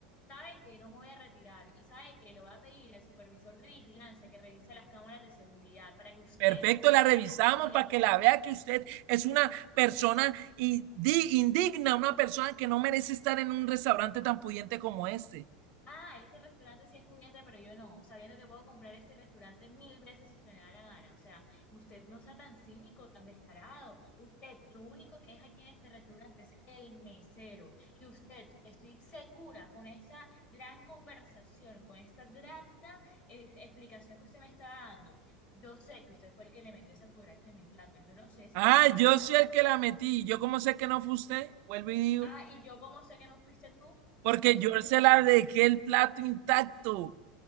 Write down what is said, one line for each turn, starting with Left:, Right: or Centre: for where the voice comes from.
Left: sabe que no me voy a retirar y sabe que le voy a pedir al supervisor de vigilancia que revise las cámaras de seguridad para que usted
Right: Perfecto,
Left: se
Right: la
Left: quede
Right: revisamos
Left: boca abierta.
Right: para que la vea que usted es una persona indigna, una persona que no merece estar en un restaurante tan pudiente como este.
Left: Ah, este restaurante sí es pudiente, pero yo no, sabiendo que puedo comprar este restaurante mil veces si se me da la gana. O sea, usted no sea tan cínico, tan descarado. Usted lo único que es aquí en este restaurante es el mesero. Y usted, estoy segura con esta gran conversación, con esta grata eh, explicación que usted me está dando. Yo sé que usted fue el que le metió esa cucaracha en mi plato. Yo no sé si
Right: Ah,
Left: le caí
Right: yo
Left: mal.
Right: soy el que la metí. ¿Yo cómo sé que no fue usted? Vuelvo y digo.
Left: Ah, y yo cómo sé que no fuiste tú,
Right: Porque
Left: entonces
Right: yo
Left: dígame.
Right: se la dejé el plato intacto,